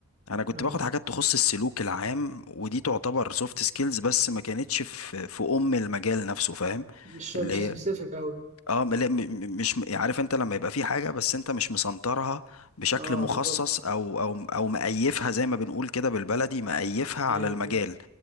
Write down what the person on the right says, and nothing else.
اه
مش
مش
سبيسيفيك قوي
اه
بالظبط
ايوه
ايوه